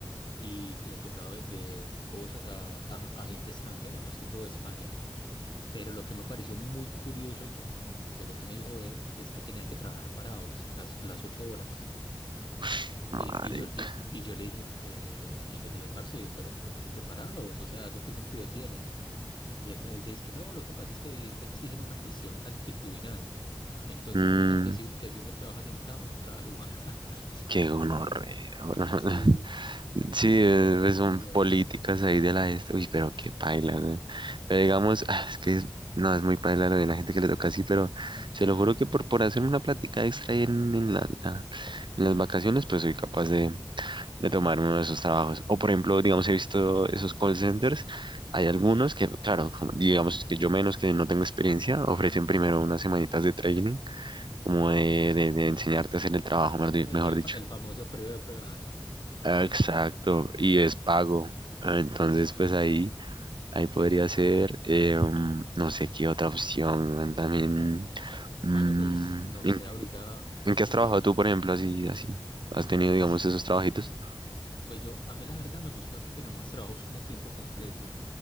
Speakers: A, on the left; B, on the right.
A: y que le tocaba vender cosas a, a- a gente extranjera, más que todo de España. Pero lo que me pareció muy curioso de, que- de lo que me dijo él es que tenían que trabajar parados las, las ocho horas.
B: Ush, marica.
A: Y, y yo, y, y yo le dije, eh, y yo le dije, parce, pero ¿cómo así que parados? O sea, ¿eso qué sentido tiene? Y él me decía, es que no, lo que pasa es que ahí exigen una cuestión actitudinal. Entonces
B: Mm,
A: dicen que si, que si uno trabaja sentado, no trabaja igual. <laughs>
B: qué gonorrea. <laughs>
A: Sí, sí,
B: sí, eh,
A: terrible,
B: pues son
A: weón.
B: políticas ahí de la esta. Uy, pero qué paila, güey. Pero digamos, ah, es que es- no, es muy paila lo de la gente que le toca así, pero se lo juro que por, por hacer una plática extra ahí en, en la- la- en las vacaciones, pues soy capaz de, de tomar uno de esos trabajos. O por ejemplo, digamos, he visto esos call centers. Hay algunos que, claro, como- digamos que yo menos que no tengo experiencia, ofrecen primero unas semanitas de training como
A: Ah,
B: de,
A: sí,
B: de- de enseñarte a hacer el trabajo, mejor di-
A: el,
B: mejor
A: el
B: dicho.
A: fa- el famoso periodo de prueba.
B: Ah, Exacto, y es pago. Ah, Entonces, pues ahí, ahí podría ser, eh, mm, no sé qué otra opción, weón, también,
A: <laughs>
B: mm,
A: Bueno, pues no
B: ¿en,
A: sé, ahorita,
B: en qué has
A: eh,
B: trabajado tú, por ejemplo, así, así? ¿Has tenido,
A: s-
B: digamos, esos trabajitos?
A: pues yo, a mí la verdad me gusta tener más trabajos como tiempo completo.